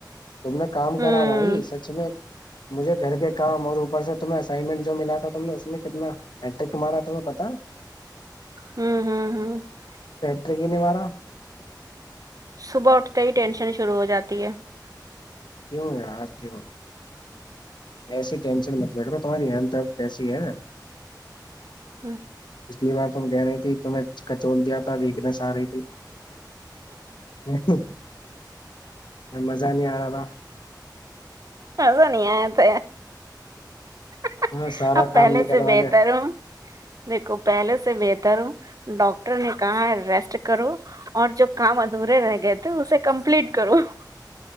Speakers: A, on the left; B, on the right.
A: <unintelligible> تم نے کام
B: ہوں
A: کرا بھائی سچ میں <unintelligible> مجھے گھر کے کام اور اوپر سے تمہیں اسائنمنٹ جو ملا تھا تم نے اس میں کتناٹک مارا تمہیں پتا <unintelligible>
B: ہوں ہوں ہوں <unintelligible>
A: یک نہیں مارا <unintelligible>
B: صبح اٹھتے ہی ٹینشن شروع ہو جاتی ہے <unintelligible>
A: کیوں یار کیوں ایسی ٹینشن متلب کرو تمہاری ہیل کیسی ہے <unintelligible>
B: ہوں <unintelligible>
A: پچھلی بار ت ہم کہہ رہی تھی تویں کچول دیا تھا ویکنیس آ رہی تھی <unintelligible> مزہ نہیں آ <unintelligible> ب <unintelligible>
B: مزا نہیں آ تو <unintelligible>
A: ہاں سارا
B: اب پہلے
A: کام نکلوا
B: سے بہتر
A: لے
B: ہ دیکھو پہلے سے بہتر <unintelligible> ڈاکٹر نے کہا ریسٹ کرو اور جو کام ادھورے رہ گئے تھے اسے کمپلیٹ کرو <unintelligible>